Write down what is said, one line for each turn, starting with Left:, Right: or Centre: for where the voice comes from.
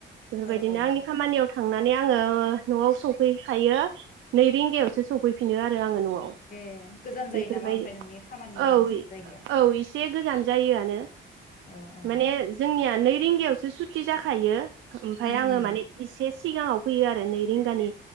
Right: बेफोरबायदिनो
Left: औ औ
Right: आंनि खामानियाव थां थांनानै आङो नआव सफैखायो नै रिंगायावसो सफैफिनो आरो आं नआव <unintelligible>
Left: ए गोजान
Right: बेफोरबाय
Left: जायो नामा ओमफ्राय नोंनि खामानि
Right: औ
Left: जायगाया
Right: औ एसे गोजान जायोआनो
Left: औ औ
Right: माने जोंनिया नै रिंगायावसो सुटि जाखायो ओमफाय
Left: उम
Right: आङो
Left: उम
Right: माने एसे सिगाङाव फैयो आरो नैरिंगानि